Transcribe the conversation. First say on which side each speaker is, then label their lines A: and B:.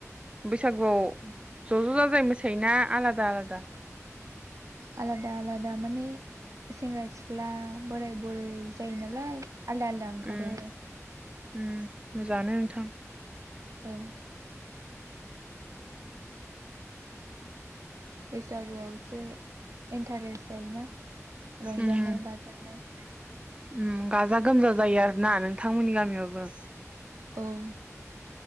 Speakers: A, on the right; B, on the right.
A: बैसागुआव ज' ज' जाजाय मोसायोना आलादा आलादा
B: आलादा आलादा माने सेंग्रा सिख्ला बोराय बुरै जायो नालाय। आलदा आलदा ओंखारो।
A: उम उम। मोजाङानो नोंथां।
B: औ बैसागुआवसो इन्टारेस्ट जायोना रंजानाय
A: उम
B: बाजानाय।
A: उम गाजा गोमजा जायो आर ना नोंथांमोननि गामियावबो
B: उम